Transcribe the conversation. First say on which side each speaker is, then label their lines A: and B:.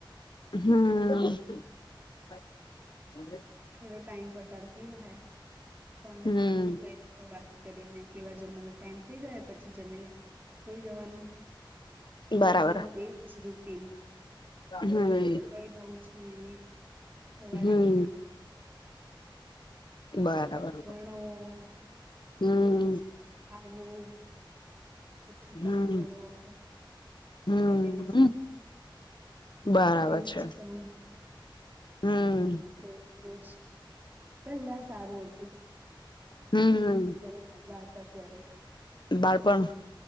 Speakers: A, on the left; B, on the right.
A: હમ
B: થોડો ટાઈમ પસાર થઈ જાય ફોન
A: હમ
B: તું કરી તો વાત કરીને તી વાર જમવાનો ટાઈમ થઇ જાય પછી જમીને સુઈ જવાનું રોજનું
A: બરાબર
B: એજ રૂટીન.
A: હમ
B: બીજું તો કઈ નવું છે નઈ સવારે
A: હમ
B: ઉ
A: બરાબર
B: ભણવું
A: હમ
B: આવું પછી કામ
A: હમ
B: કરવુ
A: હમ
B: જમીન
A: બરાબર
B: એજ
A: છે
B: કામ
A: હમ
B: તો રોજ પહેલા સારું હતું
A: હમ
B: જયારે નાનલા હતા ત્યારે.
A: બાળપણ